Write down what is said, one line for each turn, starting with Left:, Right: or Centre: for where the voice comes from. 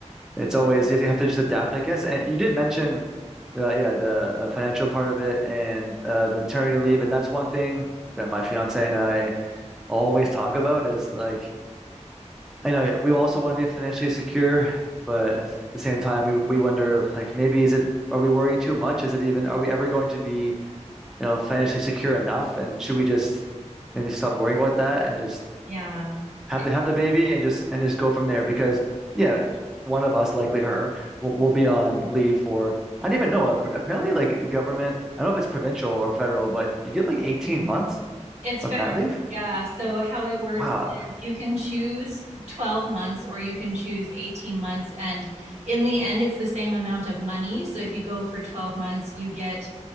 Centre: it's always you have to just adapt, I guess. And you did mention, uh, yeah, the uh, financial part of it and uh, the maternity leave, and that's one thing that my fiance and I always talk about is like, I know yeah, we also want to be financially secure, but at the same time, we we wonder like maybe is it are we worrying too much? Is it even are we ever going to be you know, financially secure enough? And should we just maybe stop worrying about that and just
Right: Yeah,
Centre: have
Right: it,
Centre: the have the baby and just and just go from there? Because yeah, one of us, likely her, will, will be on leave for I don't even know. Ap- Apparently, like the government, I don't know if it's provincial or federal, but you get like 18 months
Right: it's
Centre: of
Right: federal.
Centre: mat leave.
Right: Yeah, so how it works
Centre: Wow.
Right: is you can choose 12 months or you can choose 18 months, and in the end, it's the same amount of money. So if you go for 12 months, you get